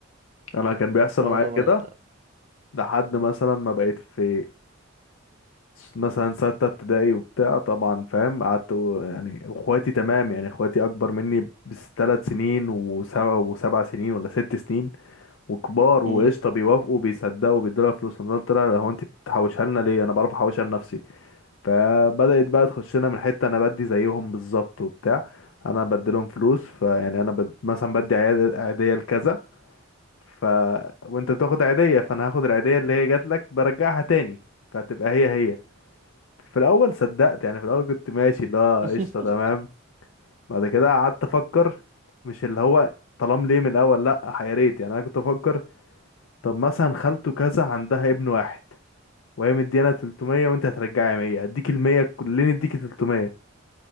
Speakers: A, on the left; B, on the right.
A: انا كان بيحصل
B: اه
A: معايا
B: طبعا
A: كده لحد مثلا ما بقيت في مثلا ستة ابتدائي وبتاع طبعا فاهم قعدت و- يعني اخواتي تمام يعني اخواتي اكبر مني بثلاث سنين وسبع وسبع سنين ولا ست سنين وكبار وقشطه
B: امم
A: بيوافقوا بيصدقوا بيدولها فلوس انا قلت لها هو انت بتحوشها لنا ليه انا بعرف احوشها لنفسي فبدات بقى تخش لنا من حته انا بدي زيهم بالظبط وبتاع انا بدي لهم فلوس فيعني انا بد... مثلا بدي عياد- عيديه لكذا ف وانت بتاخد عيديه فانا هاخد العيديه اللي هي جات لك برجعها تاني فتبقى هي هي في الاول صدقت يعني في الاول كنت ماشي اللي هو
B: <laughs>
A: قشطه تمام بعد كده قعدت افكر مش اللي هو طالما ليه من الاول لا يا ريت يعني انا كنت افكر طب مثلا خالته كذا عندها ابن واحد وهي مديانا 300 وانت هترجعي 100 اديك ال 100 كلنا اديك 300